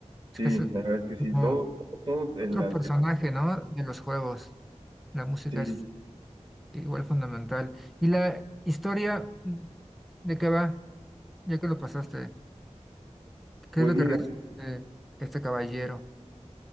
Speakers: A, in the centre; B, on the right.
A: Es
B: Sí,
A: que es
B: la verdad es que sí,
A: como
B: todo, todo, todo
A: otro
B: el, al-
A: personaje, ¿no? De los juegos. La música
B: sí.
A: es Igual fundamental. ¿Y la historia mm, de qué va? Ya que lo pasaste, ¿qué
B: Pues
A: es lo que
B: mira,
A: resuelve este caballero?